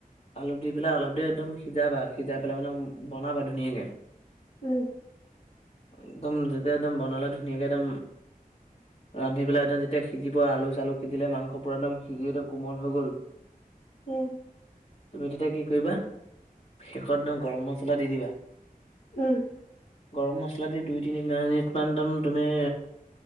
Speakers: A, on the left; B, on the left.
A: আলু দি পেলাই আলপ দেৰি একদম সিজাবা, সিজাই পেলাই মানে বনাবা ধুনীয়াকে।
B: উম।
A: একদম দুতিয়া একদম বনালে ধুনীয়াকে একদম ৰান্ধি পেলাই একদম যেতিয়া সিজিব আলু চালু সিজিলে মাংস পুৰা একদম সিজিলৈ কোমল হৈ গ'ল। <unintelligible>
B: এই
A: তুমি তেতিয়া কি কৰিবা? শেষত একদম গৰম মছলা দি দিবা।
B: উম।
A: গৰম মছলা দি দুই তিনি মিনিটমান একদম তুমি